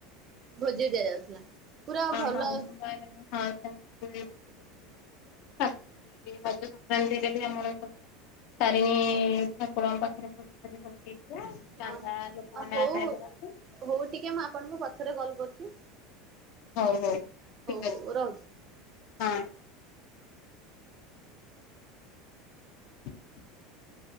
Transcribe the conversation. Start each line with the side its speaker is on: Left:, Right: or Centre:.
Right: ଭୋଜି ଦିଆଯାଉଥିଲା। ପୁରା
Left: ଅ
Right: ଭଲ
Left: ହଁ ଆମ ଗାଁ ରେ ବି ସେମତି ହୁଏ ଭୋଜି ଫୋଜି ସବୁ ହୁଏ। ସଂକ୍ରାନ୍ତି ରେ ରଜ ସଂକ୍ରାନ୍ତି ରେ ବି ଆମର ସବୁ ତାରିଣୀ ଇ ଇ ଠାକୁରଙ୍କ ପାଖରେ ଭୋଜି ଫୋଜି ସବୁ ହେଇଥିଲା। ଚାନ୍ଦା
Right: ହଁ ହଁ
Left: ଲୋକମାନେ
Right: ଅ ହଉ
Left: ଆଦାୟ କରନ୍ତି।
Right: ହଉ ଟିକେ ମୁଁ ଆପଣଙ୍କୁ ପଛରେ କଲ୍ କରୁଚି?
Left: ହଉ ହଉ ଠିକ
Right: ହଉ
Left: ଅଛି।
Right: ରହୁଛି।
Left: ହଁ <inaudible>